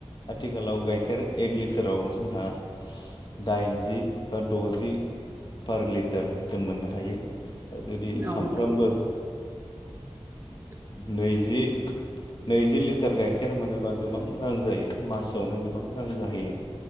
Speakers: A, on the left; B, on the right.
A: आथिखालाव गाइखेर एक लिटाराव जोंहा दाइनजि बा द'जि पार लिटार जों मोननो हायो। दा जुदि
B: औ
A: सामफ्रोमबो
B: नोंथां <unintelligible> <inaudible>
A: नैजि नैजि लिटार गाइखेर मोनोबा गोबां रां जायो मासावनो गोबां रां जाहैयो।